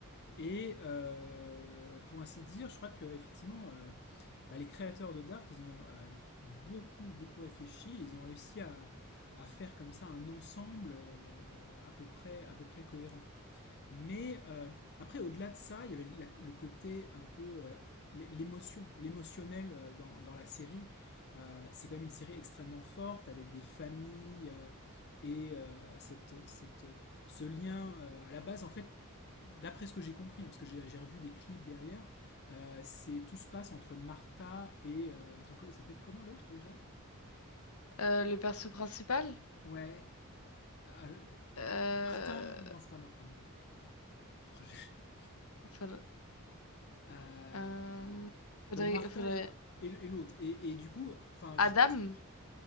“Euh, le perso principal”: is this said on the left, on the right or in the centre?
Left